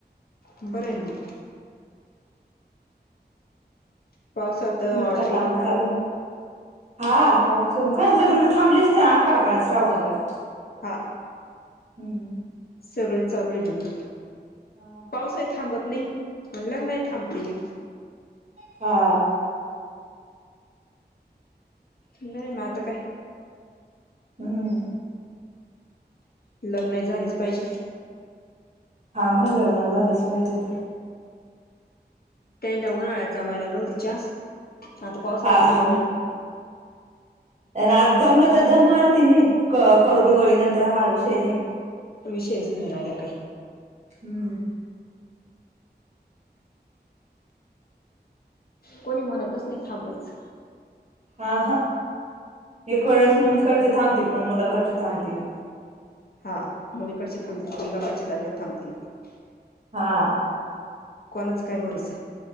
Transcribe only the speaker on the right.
तुमच काय
काम
चालू? हा पाऊस काय लग्न थांबलीच नाही आखाड काय आणि श्रावण काय.
<inaudible>
हा
हा
हम्म
हा मग लग्न झालेच पाहिजे तर.
हा
त्यांना जमलं तर दम मरतील ती नाही. करू दिवाळी नंतर हा विषय नाही.
हम्म
आ हा एक वेळेस मुलीकडचे थांबतील. पण, मुला कडचे थांबतील
हा